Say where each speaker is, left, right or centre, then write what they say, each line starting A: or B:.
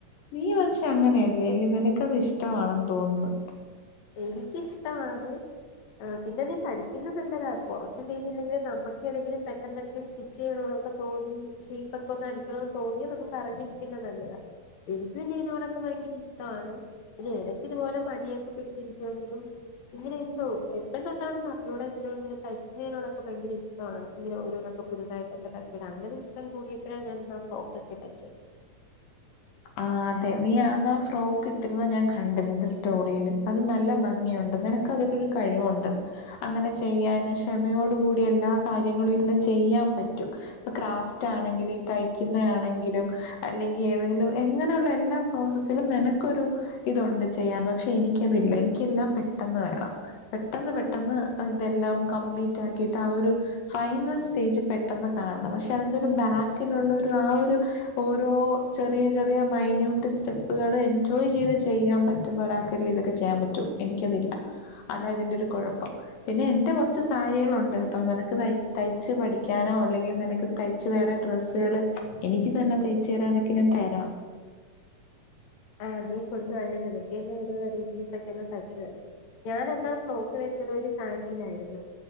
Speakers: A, on the left; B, on the left.
A: നീ പക്ഷെ അങ്ങനെയല്ലേല്ല നിനക്ക്ത് ഇഷ്ടമാണെന്ന് തോന്നുന്നു
B: എനിക്കിഷ്ടമാണ്. ആഹ് പിന്നെ നീ പഠിക്കുന്ന നല്ലതാ പുറത്തു ചെയ്തില്ലെങ്കിൽ നമ്മുക്ക് എതെങ്കിലും പെട്ടെന്നൊക്കെ സ്റ്റിച്ച് ചെയ്യണ എന്നൊക്കെ തോന്നി ഷേപ്പക്കെ ഒന്ന് അടിക്കണമന്ന് തോന്നിയാ നമുക്ക് അറിഞ്ഞിരിക്കുന്ന നല്ലതാണ് എനിക്ക് പിന്നെ ഇതിനോടൊക്കെ ഭയങ്കര ഇഷ്ടമാണ് ഇനി ഇടക്കിതു പോലെ മ യൊക്കെ പിഠിച്ചിരിക്കുവെങ്കിലും ഇങ്ങനെ എന്തോ എപ്പം തൊട്ടാണെന്ന് അറിഞ്ഞൂട തയ്ക്കുന്നതിനോടൊക്കെ ഭയങ്കര ഇഷ്ടം ഇങ്ങനെ ഓരോന്നൊക്കെ പുതുതായിട്ടൊക്കെ തു അങ്ങനെ ഇഷ്ടം കൂടിയപ്പോഴാ ഞാൻ ആ ഫ്രോക്കൊക്കെ തച്ചേ
A: ആഹ് അതെ നീ ആന്ന ആ ഫ്രോക്ക് ഇട്ടിരുന്ന ഞാൻ കണ്ട് നിന്റെ സ്റ്റോറില് അത് നല്ല ഭംഗിയുണ്ടല്ല നിനക്കതിലൊരു കഴിവുണ്ട് അങ്ങനെ ചെയ്യാന് ക്ഷമയോട കൂടി എല്ലാ കാര്യങ്ങളും ഇരുന്ന് ചെയ്യാൻ പറ്റും ക്രാഫ്റ്റ് ആണെങ്കിലും തയ്ക്കുന്ന ആണെങ്കിലും അല്ലെങ്കിൽ ഏതെങ്കിലും എങ്ങനെയുള്ള എല്ലാ പ്രോസസ്സിലും നിനക്കൊരു ഇതുണ്ട് ചെയ്യാൻ പക്ഷെ എനിക്കതില്ല എനിക്കെല്ലാം പെട്ടെന്ന് വേണം പെട്ടെന്ന് പെട്ടെന്ന് ഇതെല്ലാം കംപ്ലീറ്റ് ആക്കിയിട്ട് ആ ഒരു ഫൈനൽ സ്റ്റേജ് പെട്ടെന്ന് കാണണം പക്ഷെ അതിന്റെ ഒരു ബാക്കിലുള്ള ഒരു ആ ഒരു ഓരോ ചെ ചെറിയ ചെറിയ മൈന്യൂട്ട് സ്റ്റെപ്പുകൾ എൻജോയ് ചെയ്ത് ചെയ്യാൻ പറ്റുന്ന ഒരാൾക്കല്ലേ ഇതൊക്കെ ചെയ്യാൻ പറ്റോ എനിക്കതില്ല അതായതിന്റെ ഒരു കുഴപ്പം പിന്നെ എന്റെ കുറച്ച് സാരികളുണ്ട് കേട്ടോ നിനക്ക് തയ്ച്ച് പഠിക്കാനോ അല്ലെങ്കിൽ നിനക്ക് തയ്ച്ച് വേറെ ഡ്രസ്സ് എനിക്ക് തന്നെ തയ്ച്ചു തരാനൊക്കെ ഞാൻ തരാം
B: ആഹ് നീ കൊണ്ട് വാ നിനക്ക് തന്നെ ഒരു പറ്റുന്ന രീതിയിൽ തയ്ച്ചു തരാം ഞാൻ അന്നാ ഫ്രോക്ക് വെച്ചത് ഒരു സാരിയിലായിരുന്നു